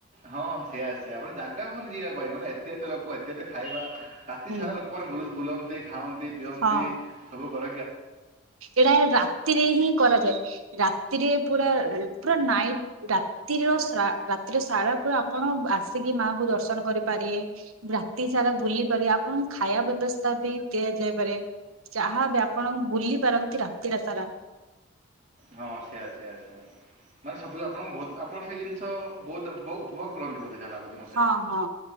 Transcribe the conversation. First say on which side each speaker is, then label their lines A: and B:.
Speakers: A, on the right (about 35°); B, on the right (about 85°).
A: ହଁ ସେଇଆା ସେ ଆପଣ ଜାଗା ହୁଅନି ଯିବା ମାନେ, ଏତତ ଲୋକ, ଏତେ ଖାଇବା ରାତି
B: ହୁଁ
A: ସାରା ଲୋକମାନେ ଭୁଲନ୍ତି ଖାଆନ୍ତି ପିଅନ୍ତି
B: ହଁ।
A: ସବୁ କର
B: ଏଇଟା ଏ ରାତିରେ ହିଁ କରାଯାଏ, ରାତିରେ ପୁର, ପୁରା ନାଇଟ, ରାତିର ରାତିରେ ସାରା ପୁରା ଆପଣ ଆସିକି ମାଙ୍କୁୁ ଦର୍ଶନ କରିପାରିବେ, ରାତି ସାରା ବୁଲି ପାରିବେ ଆପଣଙ୍କୁ ଖାଇବା ବ୍ୟବସ୍ଥା ବି ଦିଆଯାଇପାରେ, ଯାହାବ ଆପଣ ବୁ ତି ରାଖ ଆାର <unintelligible>
A: ହଁ ସେଆ ସେଆ ସେଆ ମାନେ ସବୁ ଆପଣ, ବହୁତ ଆପଣ ସେଇ ଜିନିଷ ବହୁତ ଉପଭୋଗ କରନ୍ତି। ଅଧା <unintelligible> ଲାଗୁଛି ମୋତେ
B: ହଁ ହଁ